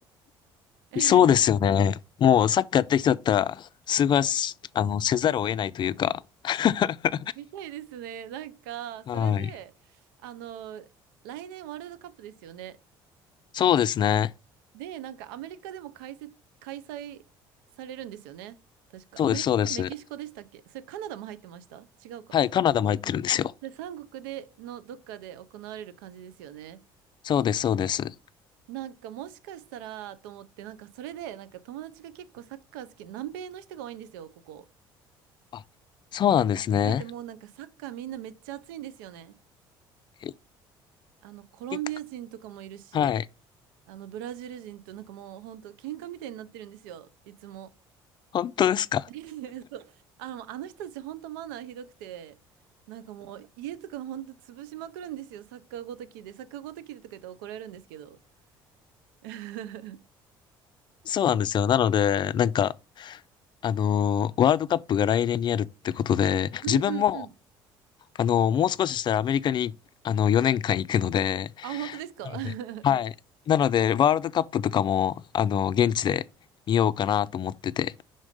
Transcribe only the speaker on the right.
<laughs>
みたいですね。なんか、それで、
あの、来年ワールドカップですよね。
で、なんかアメリカでも開設、開催されるんですよね。確か、
アメリカとメキシコでしたっけそれカナダも入ってました違うか。
あ、で、三国でのどっかで行われる感じですよね。
なんかもしかしたらと思って、なんかそれで、なんか友達が結構サッカー好き、南米の人が多いんですよ、ここ。
なんでもうなんかサッカーみんなめっちゃ熱いんですよね。
あの、コロンビア人とかもいるし、
あの、ブラジル人となんかもうほんと喧嘩みたいになってるんですよ、いつも。
<laughs> そうあの、あの人たちほんとマナーひどくて、なんかもう家とかほんと潰しまくるんですよ、サッカーごときで。サッカーごときでとか言ったら怒られるんですけど。<laughs>
うんうんうん。
あ、本当ですか
<laughs>